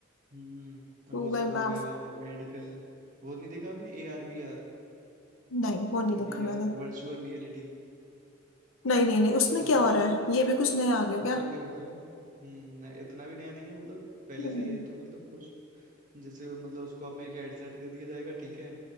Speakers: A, on the right; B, on the left.
A: हम्म
B: गूगल
A: वो सब हो
B: मैप
A: गया और मेडिकल वो नहीं देखा आपने A R V R
B: नहीं वो नहीं देखा
A: V
B: मैंने
A: R virtual reality
B: नहीं नहीं नहीं उसमें
A: उसमें
B: क्या हो रहा है ये भी कुछ नया आ गया क्या
A: उसमें क्या होता है हम्म नहीं, इतना भी नया नहीं है मतलब पहले
B: हम्म,
A: से ही है ये तो मतलब कुछ जैसे मतलब उसको आप में एक हेडसेट दे दिया जाएगा ठीक है